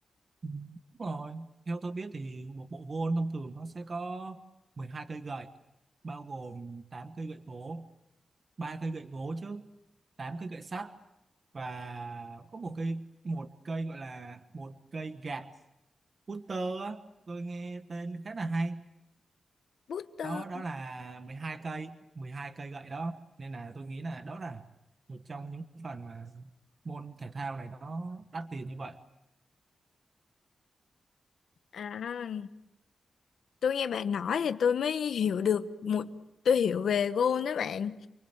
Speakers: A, on the right; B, on the left.
A: Ừ, Đúng rồi, theo tôi biết thì một bộ gôn thông thường nó sẽ có 12 cây gậy, bao gồm 8 cây gậy gỗ, 3 cây gậy gỗ chứ, 8 cây gậy sắt và có một cây một cây gọi là một cây gạt putter á, tôi nghe tên khá là hay.
B: Booster
A: Đó đó là 12 cây, 12 cây gậy đó. Nên là tôi nghĩ là đó là một trong những phần mà môn thể thao này nó đắt tiền như vậy.
B: à tôi nghe bạn nói thì tôi mới hiểu được một tôi hiểu về gôn đó bạn